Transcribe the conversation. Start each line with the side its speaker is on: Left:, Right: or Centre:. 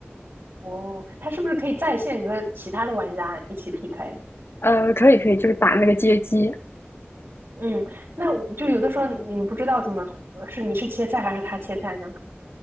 Right: 哦，它是不是可以在线和其他的玩家一起匹配？
Left: 呃，可以可以，就是打那个街机，
Right: 嗯，那我就有的时候你不知道怎么呃是你是切菜还是他切菜呢？